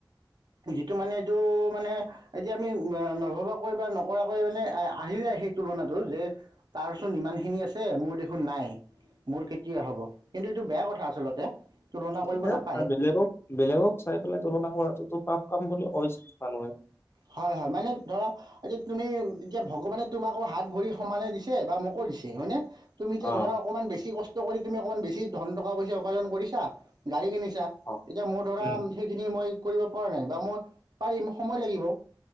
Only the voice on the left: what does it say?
এইটো
বেয়া
কথা বেলেগক-বেলেগক চাই পেলাই তুলনা কৰাটো টো পাপ কাম বুলি কয় চোন মানুহে।
অ
অ
উম